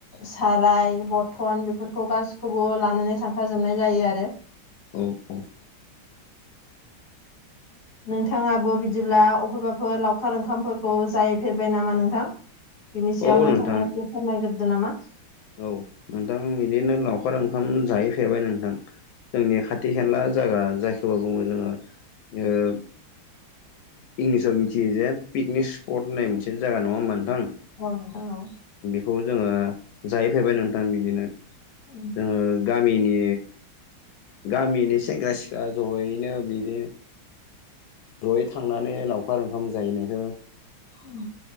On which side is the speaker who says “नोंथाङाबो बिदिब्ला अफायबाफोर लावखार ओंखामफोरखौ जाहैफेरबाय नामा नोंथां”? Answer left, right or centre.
Left